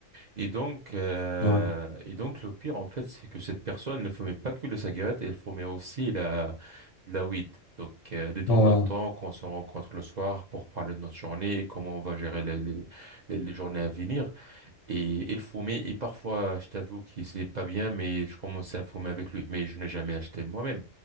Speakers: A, on the right; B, on the left.
A: et donc euh,
B: ouais,
A: et donc le pire en fait c'est que cette personne ne fumait pas que la cigarette elle fumait aussi la la weed donc euh, de temps
B: ouais, ouais,
A: en temps quand on se rencontre le soir pour parler de notre journée et comment on va gérer les les, les les journées à venir et il fumait, et parfois, je t'avoue que c'était pas bien, mais je commençais à fumer avec lui. Mais je n'ai jamais acheté moi-même.